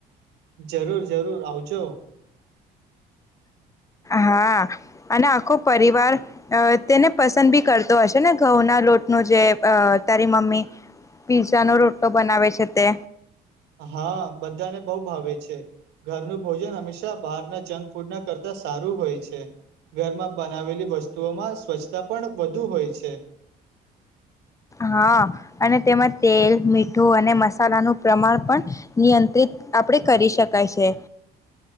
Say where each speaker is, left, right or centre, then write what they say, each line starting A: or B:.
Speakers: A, on the right; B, on the left.
A: જરૂર જરૂર આવજો
B: હા અને આખો પરિવાર અ તેને પસંદ ભી કરતો હશે ને ઘઉંના લોટ નો જે અ તારી મમ્મી પીઝાનો રોટોલો બનાવે છે તે
A: હા બધાને બોવ ભાવે છે. ઘરનું ભોજન હંમેશા બહારના જંક ફૂડના કરતા સારું હોય છે. ઘરમાં બનાવેલી વસ્તુઓમાં સ્વચ્છતા પણ વધુ હોય છે
B: હા અને તેમાંજ તેલ મીઠું અને મસાલાનું પ્રમાણ પણ નિયંત્રિત આપણે કરી શકાય છે.